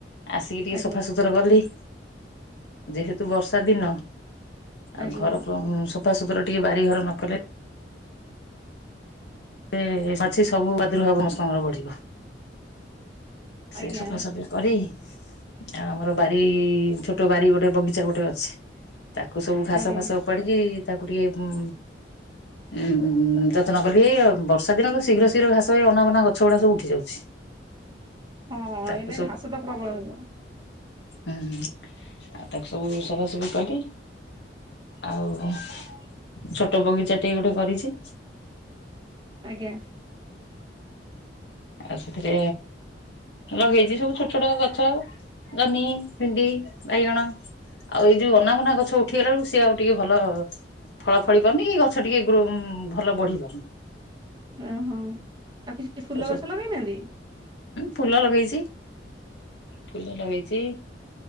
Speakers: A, on the left; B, on the right.
A: ଆସିକି ଟିକେ
B: ଆଜ୍ଞା
A: ସଫାସୁତୁରା କଲି। ଯେହେତୁ ବର୍ଷା ଦିନ ଆଉ
B: ଆଜ୍ଞା
A: ଘର ଉ ସଫାସୁତୁରା ଟିକେ ବାରିଘର ନ କଲେ ଏ ଅଛି ସବୁ ପ୍ରାଦୁର୍ଭାବ ସମସ୍ତଙ୍କର ବଢିବ ସେ
B: ଆଜ୍ଞା
A: ସଫାସଫି କରି ଆଉ ଆମର ବାରି ଛୋଟ ବାରି ଗୋଟେ ବଗିଚା ଗୋଟେ ଅଛି। ତାକୁ ସବୁ ଘାସ
B: ଆଜ୍ଞା
A: ଫାସ ଉପାଡିକି ତାକୁ ଟିକେ ଉ ଉଁ ଯତ୍ନ କଲି ଏଇ ବର୍ଷା ଦିନ ତ ଶୀଘ୍ର ଶୀଘ୍ର ଘାସ ହେଇ ଅନାବନା ଗଛ ଗୁଡା ସବୁ ଉଠି ଯାଉଛି।
B: ହଁ
A: ତାକୁ
B: ଏନ ଘାସ ତ ପ୍ରବଳ ହିବ
A: ଆଁ ଆଉ ତାକୁ ସବୁ ସଫସଫି କଲି ଆଉ ଛୋଟ ବଗିଚା ଟେ ଗୋଟେ କରିଚି।
B: ଆଜ୍ଞା
A: ଆଉ ସେଥିରେ ଲଗେଇଚି ସବୁ ଛୋଟ ଛୋଟ ଗଛ ଜହ୍ନି ଭେଣ୍ଡି ବାଇଗଣ ଆଉ ଏଇ ଯୋଉ ଅନାଘନା ଗଛ ଉଠିଗଲା ବେଳକୁ ସିଏ ଆଉ ଟିକେ ଭଲ ଫଳା ଫଳି କରୁନି କି ଗଛ ଟିକେ ଗ୍ରୋ ଭଲ ବଢି ପାରୁନି।
B: ଓହୋ ଆଉ କିଛି ଫୁଲ
A: ହୁଁ
B: ଗଛ ଲଗେଇନାହାନ୍ତି?
A: ଫୁଲ ଲଗେଇଛି ଫୁଲ ଲଗେଇଚି